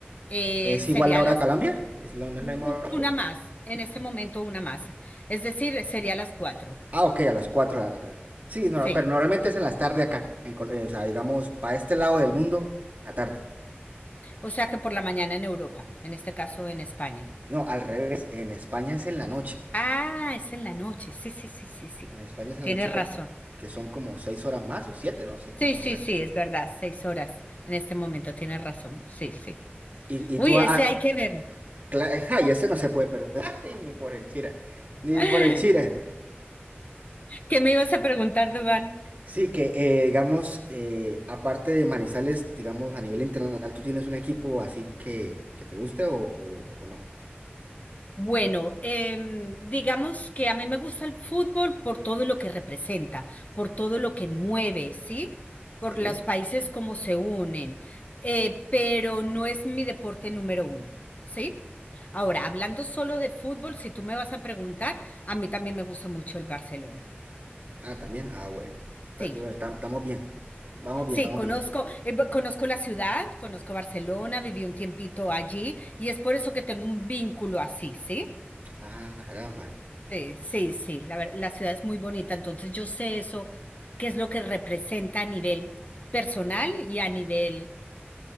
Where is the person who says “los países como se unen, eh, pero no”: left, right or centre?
Left